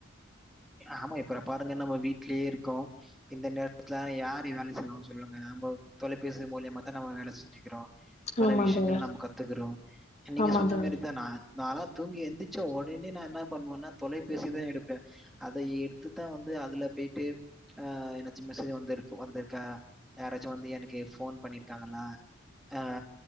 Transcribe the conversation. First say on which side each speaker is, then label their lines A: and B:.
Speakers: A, in the centre; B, on the left.
A: ஆமா இப்ப பாருங்க நம்ம வீட்லயே இருக்கோ இந்த நேரத்துல யாரு வேல செய்வாங்க சொல்லுங்க நம்ம தொலைபேசி மூலியமா தா நம்ம வேல செஞ்சுக்கிறோ பல
B: ஆமா
A: விஷயங்கள்
B: தோழர்
A: நம்ம கத்துக்குறோ நீங்க
B: ஆமா
A: சொன்ன
B: தோழர்
A: மாரி தா நா நாலா தூங்கி எந்திச்ச ஒடனே நா என்ன பண்ணுவேன்னா தொலைபேசிதா எடுப்ப அத எடுத்துதா வந்து அதுல பேய்ட்டு ஆ எதாச்சு மெசேஜ் வந்திரு வந்திருக்கா யாராச்சு வந்து எனக்கு ஃபோன் பண்ணிருக்காங்களா அ